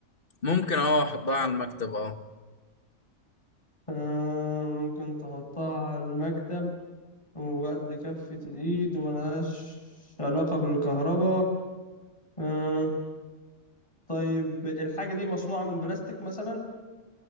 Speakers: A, on the left (about 40°); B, on the left (about 20°).
A: ممكن اه أحطها على المكتب اه
B: آه ممكن تحطها على المكتب وقد كفة الإيد وملهاش علاقة بالكهرباء آه طيب الحاجة دي مصنوعة من بلاستيك مثلا